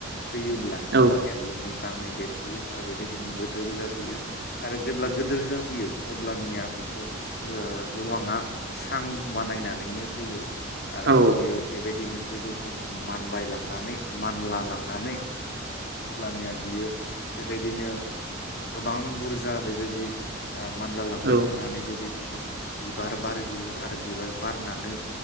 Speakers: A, on the left (about 50°); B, on the right (about 55°).
A: होयोब्ला अब्लानिया
B: औ
A: बियो मोजां मोजाङै देरबोयो आरो बेबायदिनो गोजौ जाबोयो। आरो जेब्ला गिदिर जाबोयो अब्लानिया बेखौ गोबाङा सां बानायनानै बानायनानै होयो आरो
B: औ
A: बियो बेबायदिनो गोजौथिं मानबायलांनानै मानो मानला लांनानै अब्लानिया बियो बेबायदिनो गोबां बुरजा बेबायदि मानला लांबाय
B: औ
A: थानानै बेबायदि बिबार बारहैयो आरो बिबार बारनानै